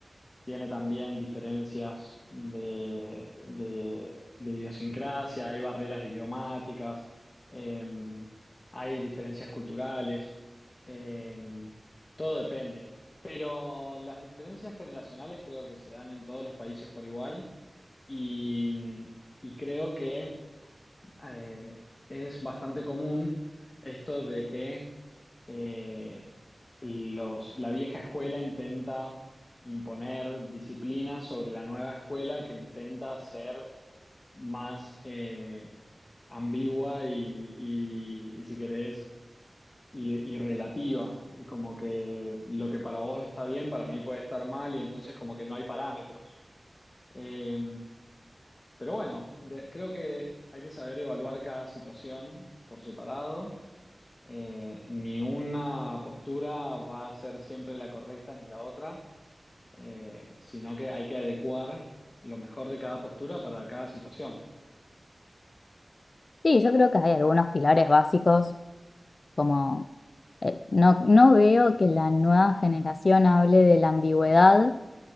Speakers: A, on the left (about 40°); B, on the left (about 65°).
A: Tiene también diferencias de, de- de idiosincrasia, hay barreras idiomáticas, eh, hay diferencias culturales, eh, todo depende. Pero las diferencias generacionales creo que se dan en todos los países por igual y, y creo que eh, es bastante común esto de que eh, los- la vieja escuela intenta imponer disciplina sobre la nueva escuela que intenta ser más eh, ambigua y, y- y si querés, y, y relativa. Y como que lo que para vos está bien, para mí puede estar mal y entonces como que no hay parámetros. Eh, pero bueno, de- creo que hay que saber evaluar cada situación por separado. Eh, ni una postura va a ser siempre la correcta ni la otra, eh, sino que hay que adecuar lo mejor de cada postura para cada situación.
B: Sí, yo creo que hay algunos pilares básicos como... eh, No, no veo que la nueva generación hable de la ambigüedad